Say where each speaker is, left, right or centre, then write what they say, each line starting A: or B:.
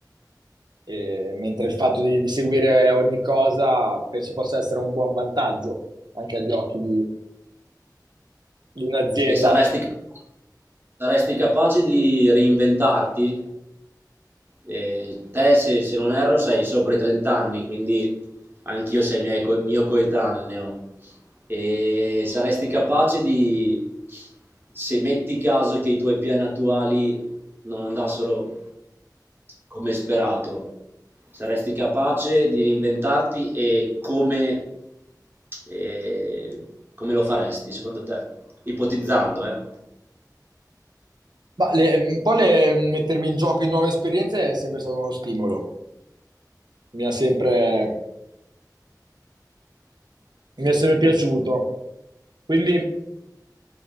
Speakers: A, on the right; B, on the right.
A: eh, mentre il fatto di, di seguire ogni cosa penso possa essere un buon vantaggio anche agli occhi di, di un'azienda.
B: E saresti, ca- saresti capace di reinventarti? Eh, te, se, se non erro, sei sopra i 30 anni, quindi anch'io sei mia- co- mio coetaneo. E saresti capace di, se metti caso che i tuoi piani attuali non andassero come sperato, saresti capace di reinventarti e come, e come lo faresti, secondo te? Ipotizzando, eh?
A: Ma le- un po' le- mettermi in gioco in nuove esperienze è sempre stato uno stimolo. mi ha sempre, mi è sempre piaciuto. Quindi